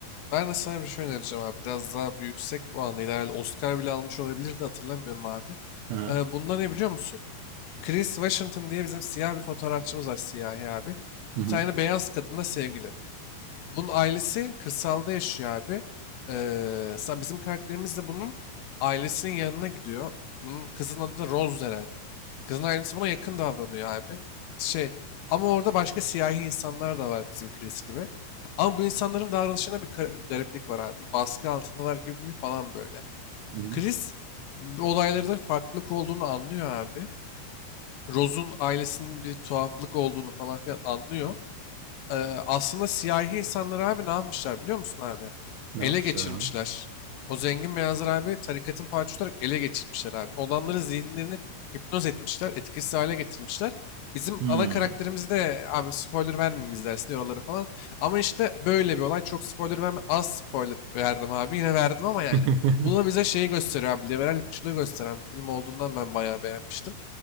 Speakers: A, on the left (about 80°); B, on the right (about 85°).
A: Ben de sana bir şey önereceğim abi. Biraz daha bu yüksek puanlıydı. Herhalde Oscar bile almış olabilirdi hatırlamıyorum abi.
B: Hı hı.
A: Eh, bunda ne biliyor musun? Chris Washington diye bizim siyah bir fotoğrafçımız var siyahi abi. Bir
B: Hı hı.
A: tane beyaz kadınla sevgili. Bunun ailesi kırsalda yaşıyor abi. Ee, sa- bizim karakterimiz de bunun ailesinin yanına gidiyor. Bunun kızın adı da Rose herhalde. Kızın ailesi buna yakın davranıyor abi. Şey ama orada başka siyahi insanlar da var bizim Chris gibi. Ama bu insanların davranışına bir kar- gariplik var abi. Baskı altındalar gibi bir falan böyle.
B: Hı hı.
A: Chris bu olaylarda bir farklılık olduğunu anlıyor abi. Rose'un ailesinin bir tuhaflık olduğunu falan filan anlıyor. Ee, aslında siyahi insanlar abi ne yapmışlar biliyor musun abi?
B: Ne
A: Ele
B: yapmışlar
A: geçirmişler.
B: abi?
A: O zengin beyazlar abi tarikatın parçası olarak ele geçirmişler abi. Olanların zihinlerini hipnoz etmişler, etkisiz hale getirmişler. Bizim
B: Hmm.
A: ana karakterimiz de abi spoiler vermeyeyim izlersin oraları falan. Ama işte böyle bir olay. Çok spoiler verme. Az spoiler verdim abi. Yine verdim ama yani.
B: <laughs>
A: Bu da bize
B: Hı
A: şeyi gösteriyor abi. Liberal ırkçılığı gösteren bir film olduğundan ben bayağı beğenmiştim.